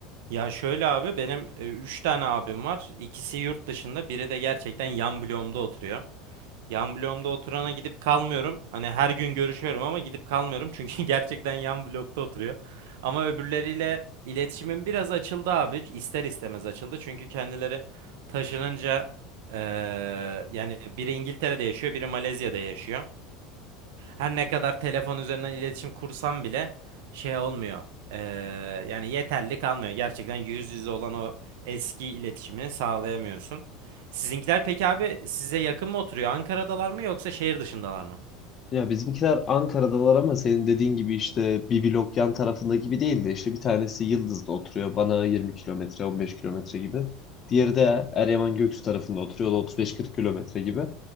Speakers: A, on the right; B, on the left.
A: Ya şöyle abi benim 3 tane abim var. İkisi yurt dışında, biri de gerçekten yan bloğumda oturuyor. Yan bloğumda oturana gidip kalmıyorum. Hani her gün görüşüyorum ama gidip kalmıyorum. Çünkü <laughs> gerçekten yan blokta oturuyor. Ama öbürleriyle iletişimim biraz açıldı abi. İster istemez açıldı. Çünkü kendileri taşınınca eee, yani biri İngiltere'de yaşıyor, biri Malezya'da yaşıyor. Her ne kadar telefon üzerinden iletişim kursam bile şey olmuyor. Ee, yani yeterli kalmıyor. Gerçekten yüz yüze olan o eski iletişimi sağlayamıyorsun. Sizinkiler peki abi size yakın mı oturuyor? Ankara'dalar mı yoksa şehir dışındalar mı?
B: Ya bizimkiler Ankara'dalar ama senin dediğin gibi işte bir blok yan tarafında gibi değil de işte bir tanesi Yıldız'da oturuyor bana 20 kilometre 15 kilometre gibi. Diğeri de Eryaman Göksu tarafında oturuyor o da 35-40 kilometre gibi.